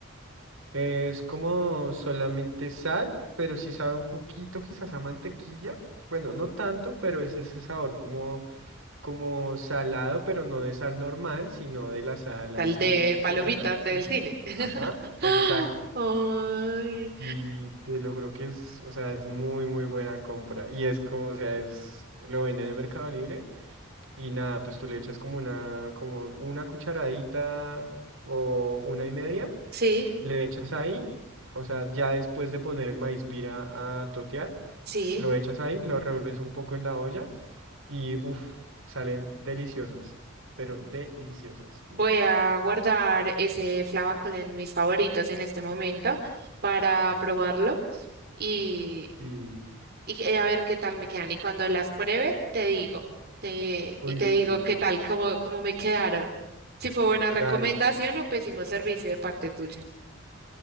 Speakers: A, on the right; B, on the right.
A: Es como solamente sal, pero sí sabe un poquito quizás a mantequilla. Bueno, no tanto, pero es ese sabor como, como salado, pero no de sal normal, sino de la sal
B: tal
A: así
B: de palomitas
A: como la del cine.
B: del cine. <gasps> <laughs>
A: Ajá, exacto.
B: ¡Ah! Ay.
A: Y te lo juro que es, o sea, es muy, muy buena compra. Y es como, o sea, es, lo venden de Mercado Libre y nada, pues tú le echas como una, como una cucharadita o una y media
B: Sí,
A: le echas ahí, o sea, ya después de poner el maíz pira a totear,
B: sí.
A: lo echas ahí, lo revuelves un poco en la olla y uff, salen deliciosas, pero deliciosas.
B: Voy a guardar ese flavacol en mis favoritos en este momento para probarlo y.
A: Y,
B: y eh, a ver qué tal me quedan. Y cuando las pruebe, te digo, te,
A: uy,
B: y te
A: sí,
B: digo qué tal, cómo, cómo me quedaron. Si fue buena recomendación
A: dale.
B: o pésimo servicio de parte tuya.